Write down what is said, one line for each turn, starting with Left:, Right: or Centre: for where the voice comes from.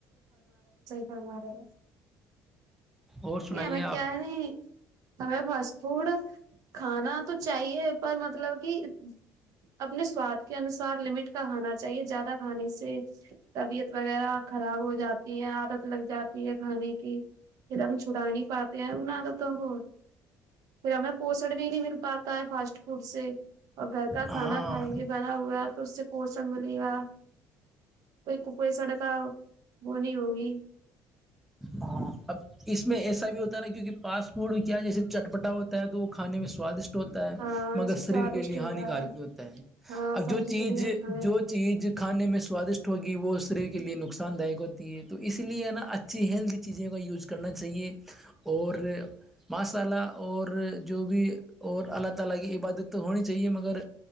Right: سرم رہے
Centre: اور
Right: نہیں
Centre: سنائیے
Right: ہم میں کیا
Centre: آپ
Right: نہیں ہمیں فاسٹ فوڈ کھانا تو چاہیے پر مطلب کہ اپنے سواد کے انسار لمٹ کا کانا چاہیے زیادہ کھانے سے طبیعت وغیرہ خراب ہو جاتی ہیں ع لگ جاتی ہے کھانے کی پھر ہم چھڑا نہیں پاتے ہیں ان نہ تو تو وہ پھر ہمیں پوسن بھی نہیں مل پاتا ہے فاسٹ فوڈ سے اور گھر کا کھانا
Centre: ہاں
Right: کھائیں گے بھرا ہوا تو اس سے پوسن ملے گا کوئی کپئی سڑک بونی ہوگی
Centre: ہاںب اس میں ایسا بھی ہوتا ہے نا کیونکہ فاسٹ فوڈ کیا ہے جیسے چٹپٹا ہوتا ہے تو وہ کھانے میں سوادشٹ ہوتا ہے
Right: ہاں
Centre: مگر
Right: سوادشٹ
Centre: شریر کے لیے
Right: ہوتا
Centre: ہانیکارک
Right: ہے
Centre: بھی ہوتا ہے
Right: ہاں
Centre: اب
Right: شریر
Centre: جو چیز
Right: کے لیے کھانے
Centre: جو چیز کھانے میں سوادشٹ ہوگی وہ شریر کے لیے نقصان داک ہوتی ہے تو اس لیے ہے نا اچھا اچھی ہیلدی چیزیں کا یوز کرنا چاہیے اور مصالہ اور جو بھی اور اللہ تعالی کی عبادت تو ہونی چاہیے مگر